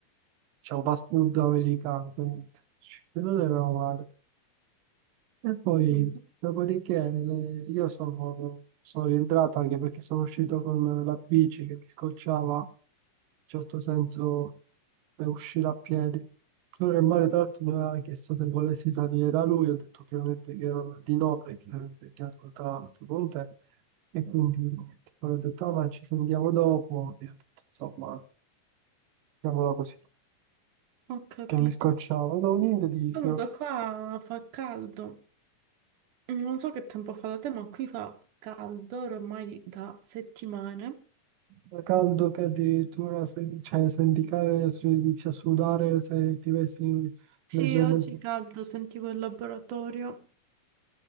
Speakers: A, on the right; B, on the right.
A: c'è un fast food americano, quindi quello non era male. E poi,
B: Mm,
A: dopodiché, le- io sono, sono rientrato anche perché sono uscito con la bici che mi scocciava, in certo senso, per uscire a piedi. Allora, il mare, tra l'altro, mi aveva chiesto se volessi salire da lui, ho detto ovviamente che ero di no perché ero impegnato tra l'altro con te, e quindi niente. poi ho detto, "Ah, ma ci sentiamo dopo, e ho detto, insomma, chiamola così,
B: Ho capito.
A: che mi scocciava, no, niente di...
B: Comunque qua fa caldo. Non so che tempo fa da te, ma qui fa caldo ormai da settimane.
A: Fa caldo che addirittura se, cioè, senti che se inizi a sudare se ti vesti
B: Sì,
A: leggermente.
B: oggi caldo, sentivo il laboratorio.